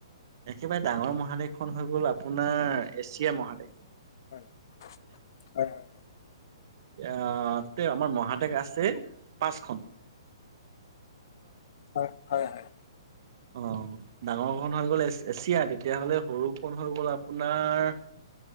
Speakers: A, on the right (about 45°); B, on the left (about 50°).
A: একেবাৰে ডাঙৰ মহাদেশখন হৈ গ'ল আপোনাৰ এছিয়া মহাদেশ।
B: হয়, হয়, হয়, হয়।
A: এয়া তে আমাৰ মহাদেশ আছে পাঁচখন।
B: হয়, হয়, হয়।
A: অহ ডাঙৰখন হৈ গ'ল এছিয়া তেতিয়াহলে সৰুখন হৈ গ'ল আপোনাৰ